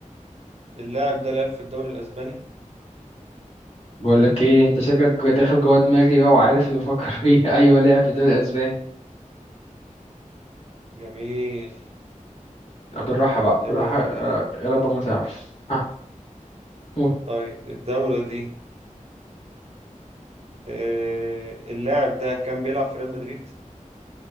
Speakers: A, on the right (about 50°); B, on the left (about 50°).
A: اللاعب ده لعب في الدوري الأسباني
B: بقول لك ايه انت شكلك جو- داخل جوه دماغي بقى وعارف اللي بفكر فيه <laughs> ايوه لا في الدوري الاسباني
A: جميل
B: لا، بالراحه بقى
A: آه،
B: بالراحه آه، يا رب ما تعرف ها قول
A: طيب الدولة دي آه، اللاعب ده كان بيلعب في ريال مدريد